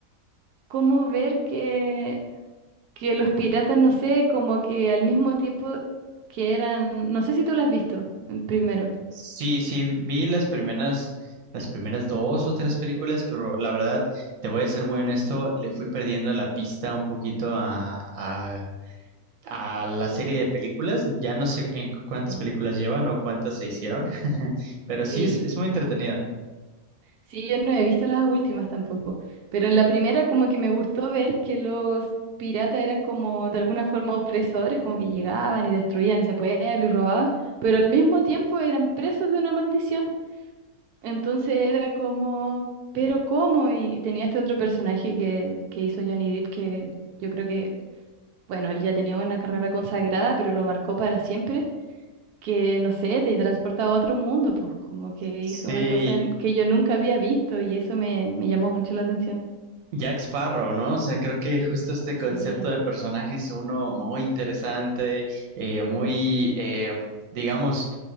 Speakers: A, on the right; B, on the right.
A: como ver que, que los piratas, no sé, como que al mismo tiempo que eran, no sé si tú lo has visto eh, primero.
B: Sí, sí, vi las primeras, las primeras dos o tres películas, pero la verdad, te voy a ser muy honesto, le fui perdiendo la pista un poquito a, a, a la serie de películas. Ya no sé en cuántas
A: Sí.
B: películas llevan o cuántas se hicieron, <laughs> pero sí
A: Sí,
B: es, es muy entretenida.
A: Sí, yo no he visto las últimas tampoco, pero en la primera como que me gustó ver que los piratas eran como de alguna forma opresores, como que llegaban y destruían ese pueblo y robaban, pero al mismo tiempo eran presos de una maldición. Entonces era como, pero ¿cómo? Y tenía este otro personaje que, que hizo Johnny Depp que yo creo que, bueno, él ya tenía una carrera consagrada, pero lo marcó para siempre que, no sé, te transportaba a otro mundo, pues como que
B: Sí,
A: hizo una cosa en- que yo nunca había visto y eso me, me llamó mucho la atención.
B: Jack Sparrow, ¿no? O sea, creo que justo este concepto
A: Sí,
B: de personaje es uno muy interesante, eh, muy, eh, digamos,